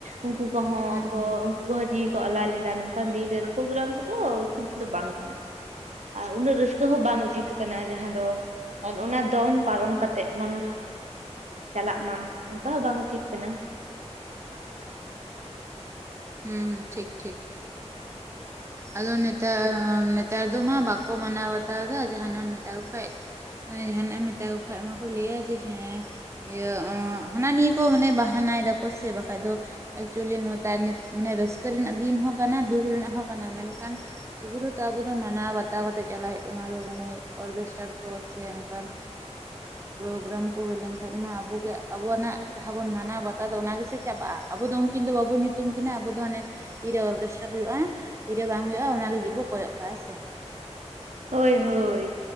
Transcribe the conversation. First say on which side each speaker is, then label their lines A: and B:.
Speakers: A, on the right; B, on the right.
A: ᱩᱱᱠᱩ ᱠᱚᱦᱚᱸ
B: ᱦᱩᱸ
A: ᱠᱚ
B: ᱦᱩᱸ
A: ᱩᱱᱠᱩ ᱦᱚᱸ ᱡᱤᱣᱤ ᱠᱚ ᱟᱞᱟ ᱞᱮᱫᱟ ᱱᱚᱝᱠᱟᱱ ᱫᱤᱱ ᱨᱮ ᱯᱨᱳᱜᱽᱨᱟᱢ ᱠᱚᱫᱚ ᱪᱮᱫ ᱫᱚ ᱵᱟᱝ ᱠᱟᱱᱟ ᱟᱨ ᱩᱱᱟᱹᱜ ᱨᱟᱹᱥᱠᱟᱹ ᱦᱚᱸ ᱵᱟᱝ ᱩᱪᱤᱛ ᱠᱟᱱᱟ ᱡᱟᱦᱟᱸ ᱫᱚ ᱚᱱᱟ ᱫᱚᱱ ᱯᱟᱨᱚᱢ ᱠᱟᱛᱮᱜ ᱵᱚᱱ ᱪᱟᱞᱟᱜ ᱢᱟ᱾ ᱚᱱᱠᱟ ᱵᱟᱝ ᱩᱪᱤᱛ ᱠᱟᱱᱟ᱾
B: ᱦᱩᱸ ᱦᱩᱸ ᱴᱷᱤᱠ ᱴᱷᱤᱠ ᱾ ᱟᱫᱚ ᱱᱮᱛᱟᱨ ᱱᱮᱛᱟᱨ ᱫᱚ ᱢᱟ ᱵᱟᱠᱚ ᱢᱟᱱᱟᱣ ᱵᱟᱛᱟᱣ ᱫᱟ, ᱡᱟᱦᱟᱸᱱᱟᱜ ᱮᱢ ᱢᱮᱛᱟ ᱠᱚ ᱠᱷᱟᱡ᱾ ᱡᱟᱦᱟᱱᱟᱜ ᱮᱢ ᱢᱮᱛᱟ ᱠᱚ ᱠᱷᱟ ᱢᱟᱠᱚ ᱞᱟᱹᱭᱟ ᱡᱮ ᱦᱮᱸ ᱤᱭᱟᱹ ᱦᱟᱱᱟ ᱱᱤᱭᱟᱹ ᱠᱚ ᱢᱟᱱᱮ ᱵᱟᱦᱟᱱᱟᱭ ᱫᱟᱠᱚ ᱥᱮ ᱵᱟᱠᱷᱟᱡ ᱫᱚ ᱮᱠᱪᱩᱞᱤ <unintelligible> ᱢᱟᱱᱮ ᱨᱟᱹᱥᱠᱟᱹ ᱨᱮᱱᱟᱜ ᱫᱤᱱ ᱦᱚᱸ ᱠᱟᱱᱟ ᱫᱩᱠ ᱨᱮᱱᱟᱜ ᱦᱚᱸ ᱠᱟᱱᱟ ᱢᱮᱱᱠᱷᱟᱱ ᱛᱚᱵᱩ ᱨᱟᱦᱚ ᱛᱚ ᱟᱵᱚ ᱫᱚ ᱢᱟᱱᱟᱣ ᱵᱟᱛᱟᱣ ᱠᱟᱛᱮᱫ ᱪᱟᱞᱟᱜ ᱦᱩᱭᱩᱜ ᱛᱟᱢᱟ ᱢᱟᱱᱮ ᱚᱨᱜᱮᱥᱴᱟᱨ ᱠᱚ ᱥᱮ ᱚᱱᱠᱟᱱ ᱯᱨᱚᱜᱨᱟᱢ ᱠᱚ ᱦᱩᱭᱞᱮᱱᱠᱷᱟᱡ ᱢᱟ ᱟᱵᱚᱜᱮ ᱟᱵᱚᱱᱟᱜ ᱡᱟᱦᱟᱸ ᱵᱚᱱ ᱢᱟᱱᱟᱣ ᱵᱟᱛᱟᱣ ᱫᱚ ᱚᱱᱟᱜᱮᱥᱮ ᱪᱟᱵᱟᱜᱼᱟ, ᱟᱵᱚ ᱫᱚ ᱩᱱᱠᱤᱱ ᱫᱚ ᱵᱟᱵᱚᱱ ᱧᱩᱛᱩᱢ ᱠᱤᱱᱟ᱾ ᱟᱵᱚ ᱫᱚ ᱦᱟᱱᱮ ᱛᱤᱨᱮ ᱚᱨᱠᱮᱥᱴᱟᱨ ᱦᱩᱭᱩᱜᱼᱟ ᱛᱤᱨᱮ ᱵᱟᱝ ᱦᱩᱭᱩᱜᱼᱟ ᱚᱱᱟ ᱞᱟᱹᱜᱤᱫ ᱵᱚ ᱠᱚᱭᱚᱜ ᱠᱟᱜ ᱦᱮᱸ ᱥᱮ᱾
A: ᱦᱳᱭ ᱦᱳᱭ